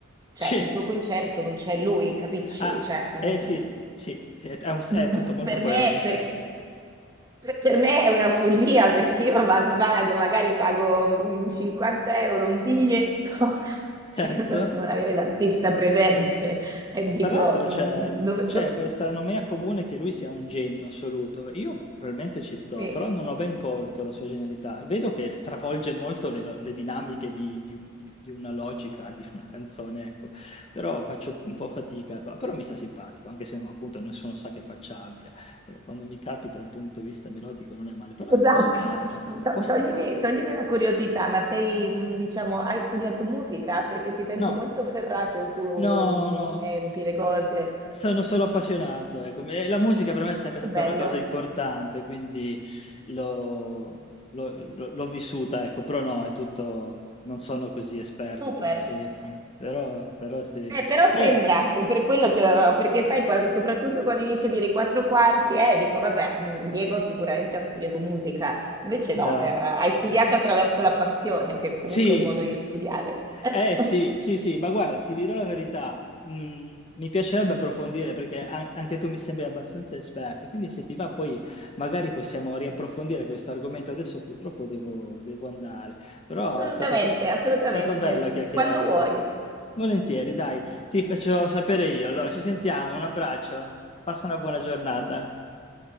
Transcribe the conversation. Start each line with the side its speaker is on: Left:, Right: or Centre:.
Right: Cioè,
Left: Sì,
Right: il suo concerto non c'è lui, capisci?
Left: ah,
Right: Cioè, mm,
Left: eh sì, sì, sì, è, è un- è
Right: <laughs>
Left: tutto molto
Right: per
Left: coerente,
Right: me, per, Per per me è una follia perché io va- vado, magari pago mm, 50 euro un biglietto <laughs>
Left: certo.
Right: per non avere l'artista presente e dico,
Left: Tra l'altro c'è
Right: mm, dove,
Left: c'è
Right: do-
Left: questa nomea comune che lui sia un genio assoluto. Io probabilmente ci sto,
Right: sì,
Left: però non ho ben colto la sua genialità. Vedo che stravolge molto le, lo- le dinamiche di, di- di una logica, di una canzone, ecco. Però faccio un po' fatica qua. Però mi sta simpatico, anche se no, appunto nessuno sa che faccia abbia. Però quando mi capita da un punto di vista melodico non è male, però
Right: esatto,
Left: è un po' strano,
Right: No,
Left: è
Right: to-
Left: un po' strano.
Right: toglimi, toglimi una curiosità, ma sei, mm, diciamo, hai studiato musica? Perché ti sento
Left: No,
Right: molto ferrato sui
Left: no, no.
Right: tempi, le cose.
Left: Sono solo appassionato, ecco. E la musica per me è sempre
Right: Ah, che
Left: stata
Right: bello,
Left: una cosa importante, quindi l'ho l'ho- l'ho- l'ho vissuta, ecco. Però no, è tutto, non sono così esperto
Right: super.
Left: come sembro, però, però sì.
Right: Eh, però sembra,
Left: Beh,
Right: per quello ti avevo- perché sai, quando- soprattutto quando inizio a dire i quattro quarti, eh, dico, vabbè, mm, Diego sicuramente ha studiato musica, invece
Left: no,
Right: no, eh, hai studiato attraverso la passione, che comunque
Left: sì,
Right: è un modo di studiare. <laughs>
Left: Eh sì, sì, sì, ma guarda, ti dirò la verità, mh, mi piacerebbe approfondire perché an- anche tu mi sembri abbastanza esperto, quindi se ti va poi magari possiamo riapprofondire questo argomento. Adesso purtroppo devo, devo andare, però
Right: Assolutamente,
Left: è stato, chi- è
Right: assolutamente,
Left: stato bello chiacchierare
Right: quando vuoi,
Left: con te. Volentieri, dai, ti faccio sapere io. Allora, ci sentiamo, un abbraccio, passa una buona giornata.